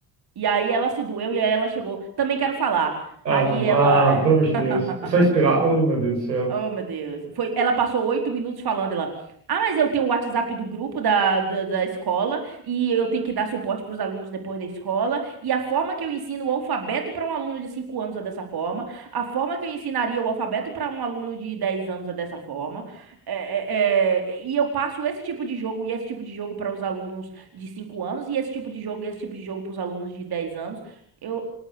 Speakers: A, on the right; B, on the right.
A: E aí ela se doeu e aí ela chegou, também quero falar.
B: Ah,
A: Aí
B: não.
A: ela
B: Ah, pelo amor de
A: <laughs>
B: Deus. É só esperar. Oh, meu Deus do céu.
A: Oh, meu Deus. Foi, ela passou oito minutos falando, ela. Ah, mas eu tenho o WhatsApp do grupo da, da, da escola e eu tenho que dar suporte para os alunos depois da escola. E a forma que eu ensino o alfabeto para um aluno de 5 anos é dessa forma. A forma que eu ensinaria o alfabeto para um aluno de 10 anos é dessa forma. É, é, é, e eu passo esse tipo de jogo e esse tipo de jogo para os alunos de 5 anos e esse tipo de jogo e esse tipo de jogo para os alunos de 10 anos. Eu,